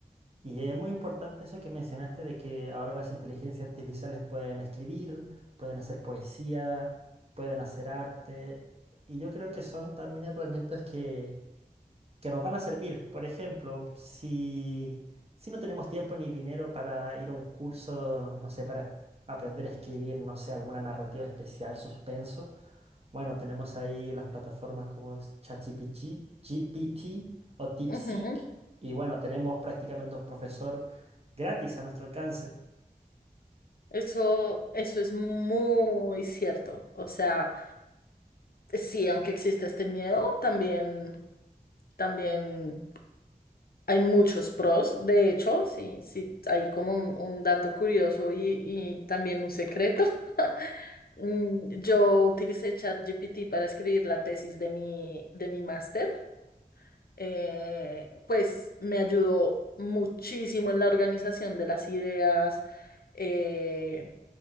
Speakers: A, on the right (about 40°); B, on the left (about 70°).
A: Y es muy importante eso que mencionaste de que ahora las inteligencias artificiales pueden escribir, pueden hacer poesía, pueden hacer arte. Y yo creo que son también herramientas que que nos van a servir. Por ejemplo, si, si no tenemos tiempo ni dinero para ir a un curso, no sé, para aprender a escribir, no sé, alguna narrativa especial, suspenso, bueno, tenemos ahí las plataformas como es ChatGPT, GPT o DeepSeek,
B: Ujú.
A: y bueno, tenemos prácticamente un profesor gratis a nuestro alcance.
B: Eso, eso es muy cierto. O sea, sí, aunque existe este miedo, también, también. Hay muchos pros, de hecho, sí, sí, hay como un, un dato curioso y, y también un secreto. <laughs> Mm, Yo utilicé ChatGPT para escribir la tesis de mi, de mi máster. Eh, pues me ayudó muchísimo en la organización de las ideas. eh,